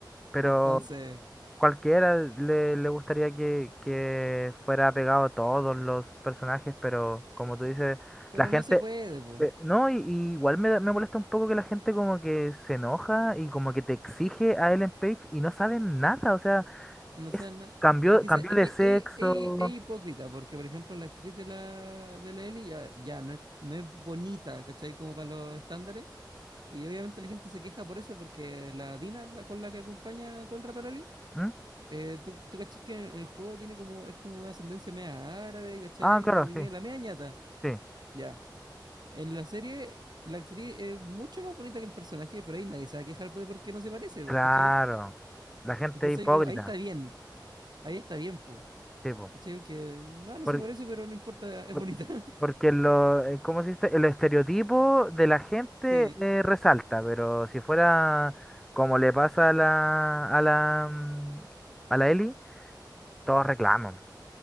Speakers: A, in the centre; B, on the right.
A: pero
B: Entonces,
A: cualquiera le, le gustaría que, que fuera pegado a todos los personajes, pero como tú dices...
B: pero
A: La gente,
B: no se puede, po.
A: Ve- No, y, y igual me, da- me molesta un poco que la gente como que se enoja y como que te exige a Ellen Page y no saben nada, o sea,
B: No
A: es
B: sé, na-
A: cambió,
B: es que,
A: cambió
B: esa- es
A: de
B: que
A: sexo.
B: es, es- es hipócrita, porque por ejemplo la actriz de la, de la Ellie ya, ya no es, no es bonita, ¿cachai? Como para los estándares. Y obviamente la gente se queja por eso, porque la Dina, la con la que acompaña todo el rato a la Ellie,
A: ¿Mm?
B: eh, tú, tú cachis que en el juego tiene como, es como una ascendencia media árabe, ¿cachai?
A: Ah, claro,
B: Como que tiene
A: sí,
B: la media ñata.
A: sí,
B: Ya. En la serie, la actriz es mucho más bonita que el personaje, pero ahí nadie se va a quejar de por qué no se parece, po,
A: claro.
B: ¿cachai?
A: La gente
B: Entonces
A: es hipócrita,
B: ahí, como, ahí está bien, ahí está bien, po,
A: sí, po.
B: ¿cachai? Porque no, no
A: Por-
B: se parece, pero no importa, es
A: por-
B: bonita. <laughs>
A: porque lo, eh, ¿cómo se dice? El estereotipo de la gente
B: Sí,
A: eh, resalta, pero si fuera como le pasa a la, a la, mm, a la Ellie, todos reclaman.